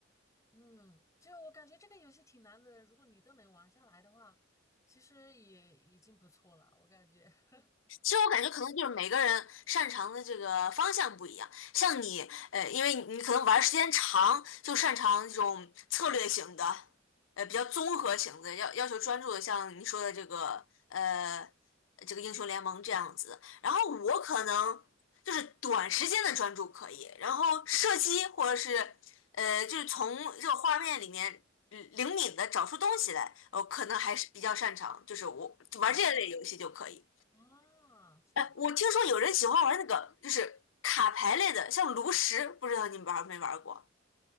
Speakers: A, on the left; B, on the left.
A: 嗯，就我感觉这个游戏挺难的，如果你都能玩下来的话，其实也已经不错了，我感觉。<laughs>
B: 其实我感觉可能就是每个人擅长的这个方向不一样，像你，呃，因为你可能玩儿时间长，就擅长这种策略型的，呃，比较综合型的，要要求专注的，像你说的这个，呃，这个英雄联盟这样子。然后我可能就是短时间的专注可以，然后射击或者是，呃，就是从这个画面里面。嗯灵敏的找出东西来，我可能还是比较擅长，就是我玩这类游戏就可以。
A: 哦哦，是吧？
B: 哎，我听说有人喜欢玩那个，就是卡牌类的，像炉石，不知道你们玩没玩过？